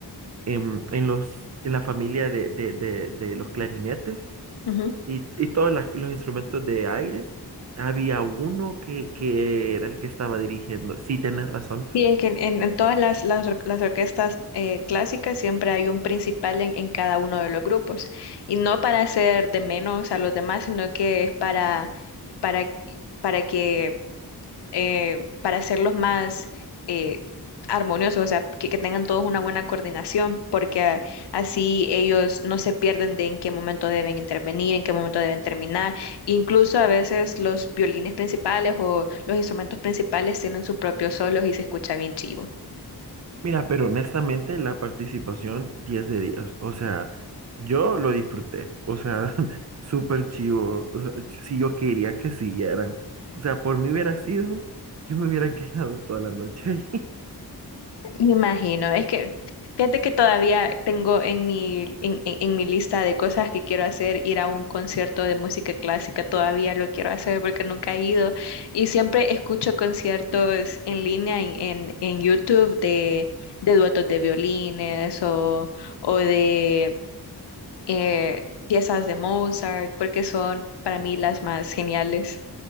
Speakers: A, on the right; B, on the left.
A: en, en los, en la familia de, de, de, de los clarinetes
B: Ujú.
A: y, y todos las- los instrumentos de aire. Había uno que, que era el que estaba dirigiendo. Sí, tenés razón.
B: Sí, es que en, en- en todas las, las, or- las orquestas eh, clásicas siempre hay un principal en, en cada uno de los grupos. Y no para hacer de menos a los demás, sino que es para, para, para que eh, para hacerlos más eh, armoniosos, o sea, que, que tengan todos una buena coordinación, porque a- así ellos no se pierden de en qué momento deben intervenir, en qué momento deben terminar. Incluso a veces los violines principales o los instrumentos principales tienen sus propios solos y se escucha bien chivo.
A: Mira, pero honestamente la participación 10 de 10. O sea, yo lo disfruté. O sea, <laughs> súper chivo. O sea, sí, yo quería que siguieran. O sea, por mí hubiera sido, yo me hubiera <laughs> quedado toda la noche ahí.
B: Me imagino, es que fíjate que todavía tengo en mi, en, en- en mi lista de cosas que quiero hacer, ir a un concierto de música clásica, todavía lo quiero hacer porque nunca he ido y siempre escucho conciertos en línea en, en, en YouTube de, de duetos de violines o, o de eh, piezas de Mozart, porque son para mí las más geniales.